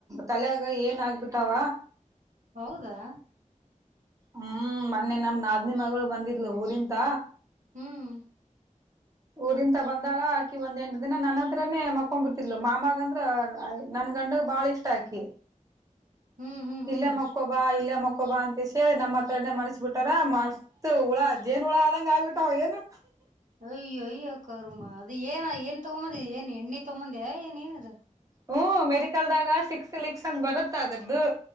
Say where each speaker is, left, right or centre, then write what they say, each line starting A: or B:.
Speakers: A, on the right; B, on the right.
A: ತಲೆಾಗ ಏನ್ ಆಗ್ಬಿಟ್ಟಾವ
B: ಹೌದಾ
A: ಹ್ಮ್ ಮೊನ್ನೆ ನಮ್ ನಾದನೇ ಮಗಳು ಬಂದಿದ್ಲು ಊರಿಂತ
B: ಹ್ಮ್
A: ಊರಿಂತ ಬಂದಳ ಆಕಿ ಒಂದ್ ಎಂಟು ದಿನ ನನ್ನ ಹತ್ರನೆೇ ಮಕ್ಕೊೊಂಡ್ ಬಿಟ್ಟಿರ್ಲ ಮಾಮಗ ಅಂದ್ರ ನನ್ ಗಂಡಗ್ ಬಾಳ ಇ ಇಷ್ಟಾಕಿ
B: ಹ್ಮ್ ಹ್ಮ್
A: ಇಲ್ಲೇ
B: ಹ್ಮ್
A: ಮಕ್ಕೊಬಾ ಇಲ್ಲೇ ಮಕ್ಕೊಬಾ ಅಂತ ಹೇಳಿ ನಮ್ಮ ಹತ್ರರನೆ ಮನ್ಸ್ಬ ಬಿಿಟ್ಟಾರ ಮಸ್ತ್ ಹುಳ ಏನ್ ಉುಳ ಆದಂಗಗೆ ಆಗಿಬಿಟ್ಟಾವ ಏನು
B: ಅಯ್ಯೋ ಅಯ್ಯೋ ಕರ್ಮ ಅದ ಏನ ಏನ್ ತಗೊಂಬಂದಿ ಏನ್ ಎಣ್ಣಿ ತಗೊಂದ್ಯಾ ಏನ್ ಏನದ
A: ಹ್ಮ ಮೆಡಿಕಲ್ದಾಗ ಸಿಕ್ಸ್ ಲಕ್ಸ್ ಅಂದ ಬರುತ್ತ ಅದದ್ದು